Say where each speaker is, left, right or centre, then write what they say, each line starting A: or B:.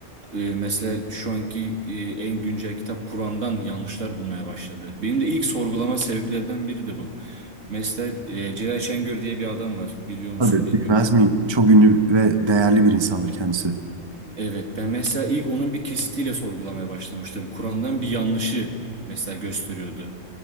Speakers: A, on the right (about 70°); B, on the right (about 20°).
A: e, mesela şu anki e, en güncel kitap Kur'an'dan yanlışlar bulmaya başladı. Benim de ilk sorgulama sebeplerden biri de bu. Mesela e, Celal Şengör diye bir adam var biliyor musun
B: Tabii
A: bilmiyorum.
B: bilmez miyim? Çok ünlü ve değerli bir insandır kendisi.
A: Evet ben mesela ilk onun bir kesitiyle sorgulamaya başlamıştım. Kur'an'dan bir yanlışı mesela gösteriyordu.